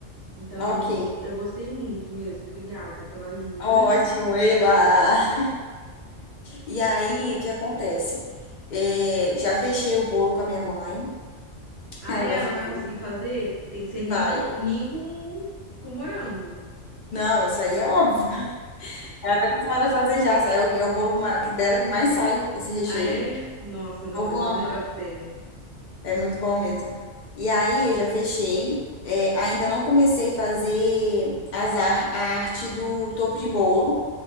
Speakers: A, on the right (about 30°); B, on the left (about 60°).
A: Então,
B: Ok.
A: eu gostei muito mesmo. Obrigada pela ajuda.
B: Ótimo,
A: <laughs>
B: eba! E aí, o que acontece? É, já fechei o bolo com a minha mãe.
A: Ah,
B: Ela
A: é,
B: vai
A: ela
B: fazer.
A: vai conseguir fazer? Tem que ser ninho
B: Vai.
A: com, ninho com, com morango.
B: Não, isso aí é óbvio. <laughs> Ela tá acostumada a fazer já. sabe? É o, é o bolo ma- que dela que mais sai, esse recheio.
A: Ah, é? Nossa,
B: O
A: não,
B: povo
A: mas
B: ama.
A: é o melhor que tem, né?
B: É muito bom mesmo. E aí eu já fechei. É, ainda não comecei a fazer as ar- a arte do topo de bolo